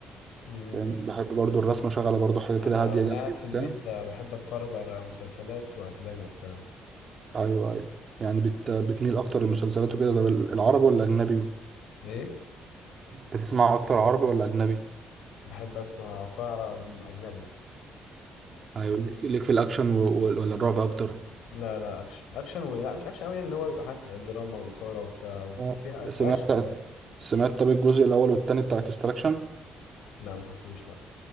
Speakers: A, on the left; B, on the right.
A: امم
B: فاهم؟ بحب برضو الرسم اشغل برضو حاجه كده
A: انا
B: هاديه
A: وانا
B: جنبي
A: قاعد
B: وبتاع
A: في البيت آه، بحب اتفرج على مسلسلات وافلام وبتاع
B: ايوه ايوه يعني بت بتميل اكتر للمسلسلات وكده ده العربي ولا اجنبي
A: ايه
B: بتسمع اكتر عربي ولا اجنبي
A: بحب اسمع اتفرج على م- اجنبي
B: ايوه ليك ليك في الاكشن و- و- ولا الرعب اكتر
A: لا لا اكشن اكشن و... لا مش اكشن قوي يعني اللي هو بيبقى حاجات دراما واثاره وبتاع وفيها
B: آه،
A: بس
B: سمعت
A: اكشن يعني
B: سمعت طب الجزء الاول والتاني بتاع اكستراكشن
A: لا ما شفتوش لا